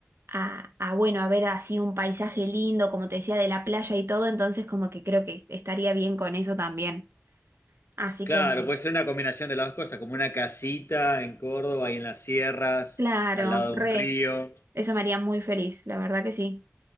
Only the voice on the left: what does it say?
Claro,
puede ser una combinación de las dos cosas, como una casita en Córdoba y en las sierras,
al lado
de un río.